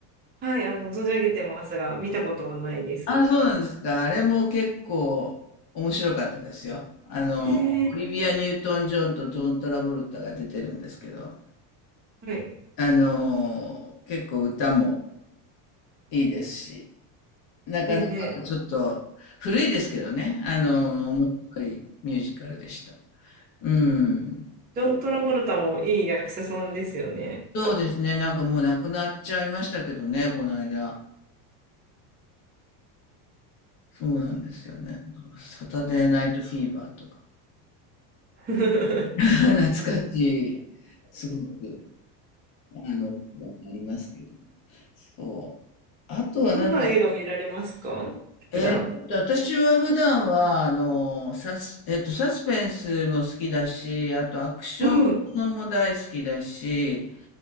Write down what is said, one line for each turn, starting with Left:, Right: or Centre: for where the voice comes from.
Right: はい、あの、存じ上げてますが、見たことはないです。
Left: あ、そうなんですか。あれも結構面白かったですよ。あの、
Right: えー、
Left: オリビア・ニュートン・ジョンとジョン・トラボルタが出てるんですけど、
Right: はい、
Left: あの、結構歌もいいですし、なかなかちょっと古いですけどね、
Right: ええ
Left: あの、面白いミュージカルでした。うん。
Right: ジョン・トラボルタもいい役者さんですよね。
Left: そうですね。なんかもう亡くなっちゃいましたけどね、この間。そうなんですよね。あのサタデー・ナイト・フィーバーとか。
Right: <laughs>
Left: <laughs> 懐かしい。すごく。あの、なりますけど。そう。あとはなんだ、
Right: どんな映画見られますか普段。
Left: えーっと、私は普段は、あの、サス、えーっと、サスペンスも好きだし、あとアクションものも大好きだし、
Right: うん。